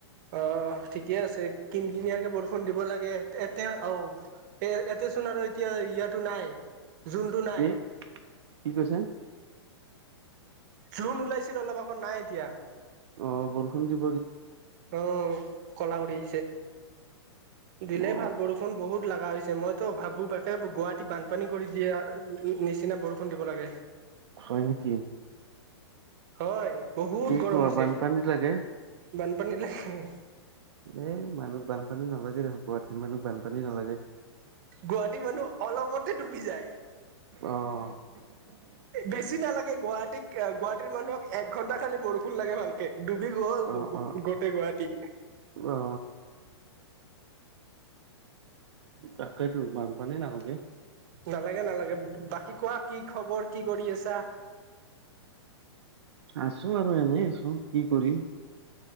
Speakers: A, on the right; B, on the right.
A: অহ, ঠিকে আছে। কিন-কিনীয়াকে বৰ- ফোন দিব লাগে। এতে আহ এ এতে চোন আৰু এতিয়া ইয়াতটো নাই। জোনটো নাই।
B: এ কি কৈছে
A: জোন ওলাইছিল অলপ আগত নাই এতিয়া।
B: অ' বৰষুণ দি-
A: অহ! কলা কৰি আহিছে। দিলেই
B: অ
A: ভাল বৰষুণ বহুত লাগা হৈছে মইতো ভাবো তাকে গুৱাহাটীত বানপানী কৰি দিয়ে আ- নিচিনা বৰষুণ দিব লাগে।
B: হয় নেকি
A: হয় বহুত
B: কি
A: গৰম
B: কোৱা
A: হৈছে।
B: বানপানী লাগে
A: বানপানী লাগে।
B: এই মানুহ বানপানী নালাগে দেখুন। গুৱাহাটীৰ মানুহক বানপানী নালাগে।
A: গুৱাহাটী মানুহ অলপতে ডুবি যায়।
B: অ <unintelligible>
A: বেছি নালাগে গুৱাহাটীতক, গুৱাহাটীৰ মানুহক এক ঘন্টা খালি বৰষুণ লাগে ভালকে ডুবি গ'ল
B: অ
A: গো, গো,
B: অ
A: গোটেই গুৱাহাটী।
B: অ তাকেইতো বানপানী নালাগে।
A: নালাগে-নালাগে বাকী কোৱা কি খবৰ কি কৰি আছা?
B: আছো আৰু এনেই আছো। কি কৰিম?